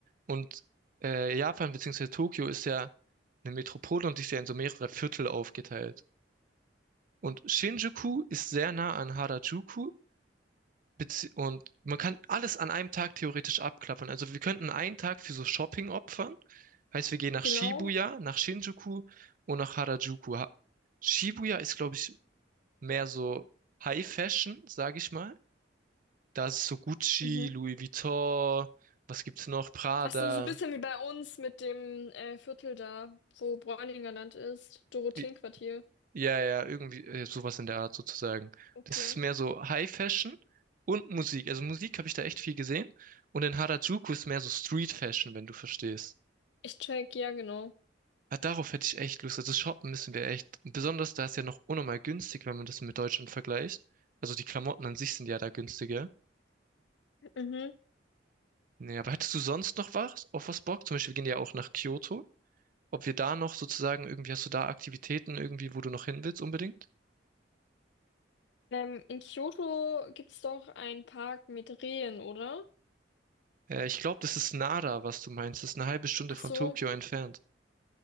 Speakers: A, on the right; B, on the left.
A: Und äh, Japan bzw. Tokio ist ja eine Metropole und ist ja in so mehrere Viertel aufgeteilt. Und Shinjuku ist sehr nah an Harajuku Bezie und man kann alles an einem Tag theoretisch abklappern. Also wir könnten einen Tag für so Shopping opfern. Heißt, wir gehen nach
B: Genau.
A: Shibuya, nach Shinjuku und nach Harajuku. Ha Shibuya ist, glaube ich, mehr so High Fashion, sage ich mal. Da ist so Gucci,
B: Mhm.
A: Louis Vuitton, was gibt's noch? Prada.
B: Ach so, so ein bisschen wie bei uns mit dem äh, Viertel da, wo Bräuninger Land ist. Dorotheenquartier.
A: Die- Ja, ja, irgendwie äh, sowas in der Art sozusagen.
B: Okay.
A: Das ist mehr so High Fashion und Musik. Also Musik habe ich da echt viel gesehen. Und in Harajuku ist mehr so Street Fashion, wenn du verstehst.
B: Ich check, ja, genau.
A: Ja, darauf hätte ich echt Lust. Also shoppen müssen wir echt. Besonders da ist ja noch unnormal günstig, wenn man das mit Deutschland vergleicht. Also die Klamotten an sich sind ja da günstiger.
B: Mhm.
A: Nee, aber hättest du sonst noch was auf was Bock? Zum Beispiel, wir gehen ja auch nach Kyoto. Ob wir da noch sozusagen irgendwie, hast du da Aktivitäten irgendwie, wo du noch hin willst unbedingt?
B: Ähm, in Kyoto gibt's doch einen Park mit Rehen, oder?
A: Äh, ich glaube, das ist Nara, was du meinst. Das ist eine halbe Stunde
B: Ach
A: von
B: so,
A: Tokio entfernt.